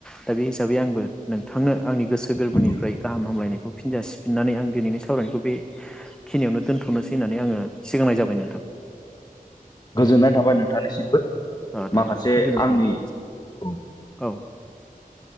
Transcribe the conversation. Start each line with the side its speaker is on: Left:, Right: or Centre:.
Centre: दा बे हिसाबै आंबो नों थांनो आंनि गोसो गोरबोनिफ्राय
Left: नंगौ
Centre: गाहाम हामलायनायखौ फिनजासिफिननानै आं दिनैनि सावरायनायखौ बे खिनियावनो दोनथ'नोसै होननानै आङो सिगांनाय जाबाय नोंथां।
Left: गोजोननाय थाबाय नोंथांनिसिमबो।
Centre: ओ
Left: माखासे
Centre: दे खोब गोजोनाय
Left: आंनि
Centre: थाबाय नोंथांनिसिम
Left: औ
Centre: औ।